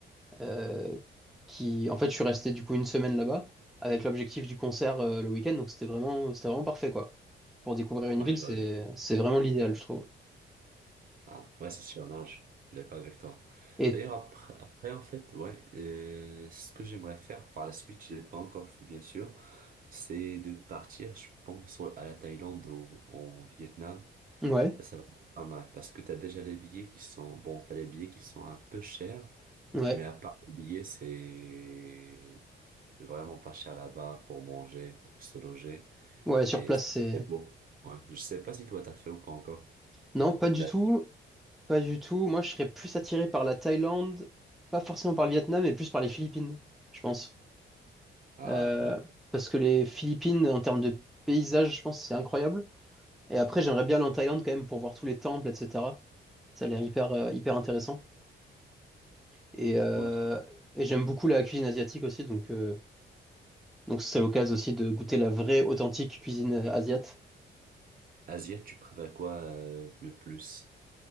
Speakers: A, in the centre; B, on the right (about 50°).
A: euh, qui, en fait, je suis resté du coup une semaine là-bas avec l'objectif du concert euh, le week-end. Donc c'était vraiment, c'était vraiment parfait quoi. Pour découvrir une
B: ouais,
A: ville,
B: je
A: c'est,
B: vois bien.
A: c'est vraiment l'idéal, je trouve.
B: Ah, ouais, c'est sûr. Non, je suis d'accord avec toi.
A: Et
B: D'ailleurs, après, après, en fait, ouais, euh, ce que j'aimerais faire par la suite, je l'ai pas encore fait, bien sûr, c'est de partir, je pense, à la Thaïlande ou au Vietnam
A: ouais,
B: Ça va être pas mal parce que tu as déjà les billets qui sont, bon, tu as les billets qui sont un peu chers,
A: ouais,
B: mais à part les billets, c'est vraiment pas cher là-bas pour manger, pour se loger
A: ouais, sur
B: et
A: place,
B: c'est
A: c'est.
B: très beau. Ouais. Je sais pas si toi t'as fait ou pas encore.
A: Non, pas du
B: L'Asie.
A: tout, pas du tout. Moi, je serais plus attiré par la Thaïlande, pas forcément par le Vietnam, mais plus par les Philippines, je pense.
B: Ah
A: Euh,
B: ouais.
A: parce que les Philippines, en termes de paysage, je pense, que c'est incroyable. Et après, j'aimerais bien aller en Thaïlande quand même pour voir tous les temples, etc. Ça a l'air hyper, euh, hyper intéressant. Et, euh,
B: ouais.
A: et j'aime beaucoup la cuisine asiatique aussi, donc euh, donc c'est l'occasion aussi de goûter la vraie, authentique cuisine euh, asiate.
B: Asie, tu préfères quoi euh, le plus?